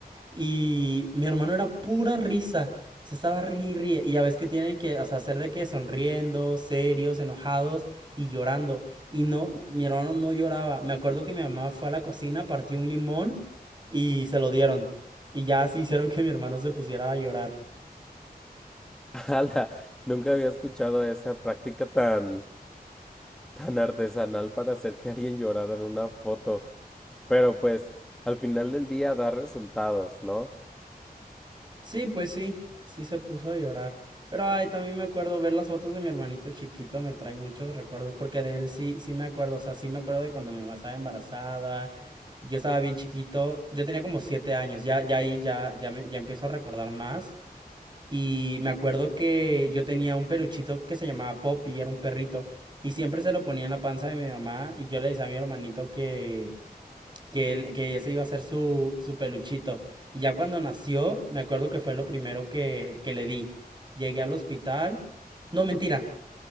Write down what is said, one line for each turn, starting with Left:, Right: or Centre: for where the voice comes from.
Right: y mi hermano era pura risa. Se estaba ríe y ríe. Y ya ves que tienen que, o sea, hacer de que sonriendo, serios, enojados y llorando. Y no, no, mi hermano no lloraba. Me acuerdo que mi mamá fue a la cocina, partió un limón y se lo dieron. Y ya así hicieron que mi hermano se pusiera a llorar.
Centre: <laughs> ¡Hala! Nunca había escuchado esa práctica tan, tan artesanal para hacer que alguien llorara en una foto. Pero pues al final del día da resultados, ¿no?
Right: Sí, pues sí, sí se puso a llorar. Pero ay, también me acuerdo ver las fotos de mi hermanito chiquito, me trae muchos recuerdos, porque de él sí, sí me acuerdo, o sea, sí me acuerdo de cuando mi mamá estaba embarazada, yo estaba bien chiquito, yo tenía como siete años, ya, ya ahí ya, ya me, ya empiezo a recordar más. Y me acuerdo que yo tenía un peluchito que se llamaba Poppy, era un perrito, y siempre se lo ponía en la panza de mi mamá, y yo le decía a mi hermanito que que, él- que ese iba a ser su, su peluchito. Y ya cuando nació, me acuerdo que fue lo primero que, que le di. Llegué al hospital. No, mentira.